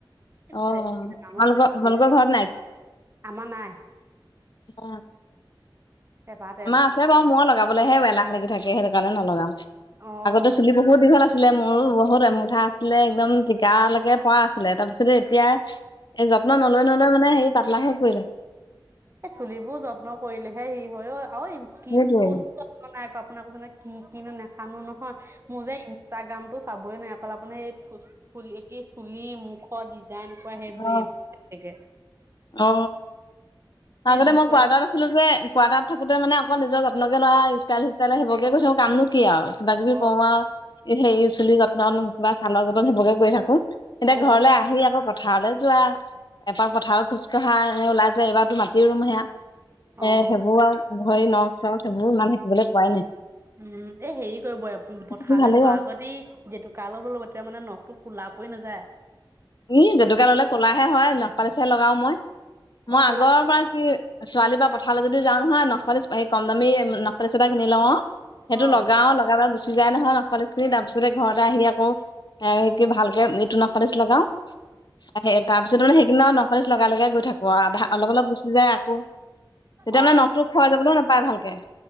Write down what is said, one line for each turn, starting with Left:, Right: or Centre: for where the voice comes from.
Right: <unintelligible>
Left: অ', তোমালোকৰ তোমালোকৰ ঘৰত
Right: আমাৰ নাই।
Left: অঁ!
Right: এপাহ টেমা
Left: আমাৰ আছে বাৰু মই লগাবলৈহে এলাহ লাগি থাকে, সেইটো কাৰণে নলগাও,
Right: অ
Left: আগতে চুলি বহুত দীঘল আছিলে। আছিলে মোৰো বহুত এমুঠা আছিলে একদম টিকালৈকে পৰা আছিলে তাৰপিছতে এতিয়া। এই যত্ন নলৈ নলৈ মানে হেৰি পাতলা হৈ পৰিলে
Right: এই চুলিবোৰ যত্ন কৰিলেহে সি।। হয় অ কি
Left: সেইটোৱে
Right: কোনো নাই আপোনাক কচ কি কিনো নেখানো নহয় <unintelligible> মোৰ যে ইনষ্টাগ্ৰামটো চাবই নোৱাৰো অকল আপোনাৰ <unintelligible> চুলি, মুখত দি ডিজাইন সেই
Left: অ',
Right: বোৰ। থকে।
Left: অ, আগতে
Right: যি
Left: মই
Right: কৰে
Left: কোৱাৰ্টাৰত আছিলো যে কোৱাৰ্টাৰত থাকোতে মানে অকল নিজৰ যত্নকে লোৱা ষ্টাইল-সিষ্টাইল সেইবোৰকে কৰি থাকো কাম নো কি আৰু। কিবা কিবি
Right: অ
Left: কৰো আৰু হেৰি চুলি যতন বািবা ছালৰ যতন সেইবোৰকে কৰি থাকো। এতিয়া
Right: অ
Left: ঘৰলে আহি আকৌ পথাৰলৈ যোৱা এপাক পথাৰত। খোজকঢ়া এ ওলাই <unintelligible> এইবাৰতো মাটিও ৰুম হেয়া। এ,
Right: অ
Left: সেইবোৰ আৰু ভৰি, নখ-চখ সেইবোৰ মানে শিকিবলৈ পোৱাই নাই।
Right: উম এ হেৰি কৰিব
Left: তথাপি
Right: পথাৰলৈ
Left: ভালেই
Right: যোৱা
Left: আৰু
Right: আগতে জেতুকা লগ লব তেতিয়া মানে নখটো। কোলা পৰি নাযায়?
Left: ই জেতুকা ললে ক'লাহে হয় নপালিছেে লগাও মই। মই
Right: অ কোলা
Left: আগৰ পৰা কি ছোৱালী পা। পথাৰলৈ যদি যাওঁ নহয় নখপালিচ হায়ি কম দামী নখপালিচ এটা কিনি লওঁ অ সেইটো
Right: অ
Left: লগাও লগাই <unintelligible> চিজাই নহয় নাক পালিচ খিনি তাৰ পিছতে ঘৰতে আহি আকৌ এে কি ভালকে ইটো নখ পালিচ লগাও। তাৰ
Right: অ
Left: পিছত মানে সেইদিনা আৰু নখালী লগাই লগাই গৈ থাকোা অলপ অলপ গুচি যায় আকৌ। তেতিয়া
Right: অ অ
Left: মানে নখটো খোৱাই যাবলৈহে নাপায় ভালকে।